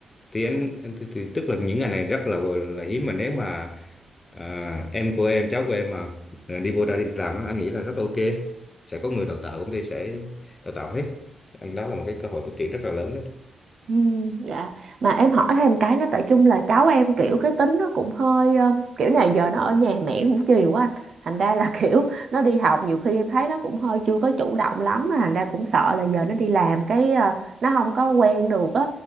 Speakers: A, on the left; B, on the right.
A: thì anh, anh thì, thì tức là những ngày này rất là là hiếm mà nếu mà à, em của em cháu của em mà à, đi vô đây đi làm á, anh nghĩ là rất là ok sẽ có người đào tạo công ty sẽ đào tạo hết anh đó là một cái cơ hội phát triển rất là lớn đấy
B: Ừ, dạ mà em hỏi thêm cái nữa tại chung là cháu em kiểu cái tính nó cũng hơi um, kiểu này giờ nó ở nhà mẹ cũng chiều quá anh thành ra là <laughs> kiểu nó đi học nhiều khi em thấy nó cũng hơi chưa có chủ động lắm mà thành ra cũng sợ là giờ nó đi làm cái à, nó không có quen được á